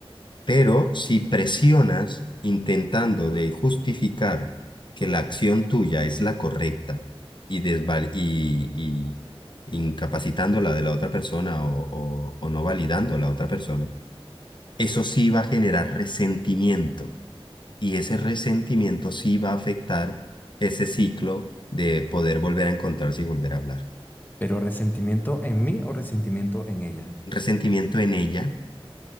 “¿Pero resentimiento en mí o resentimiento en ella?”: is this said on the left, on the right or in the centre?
Left